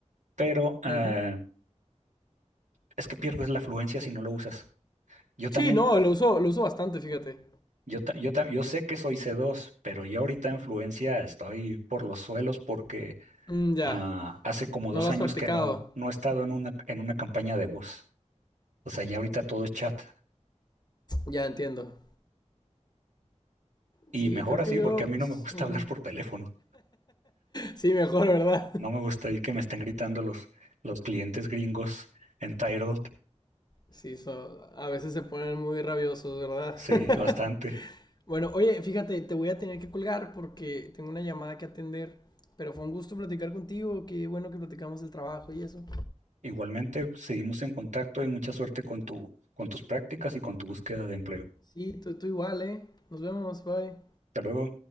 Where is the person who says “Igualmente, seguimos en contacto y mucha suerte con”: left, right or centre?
Right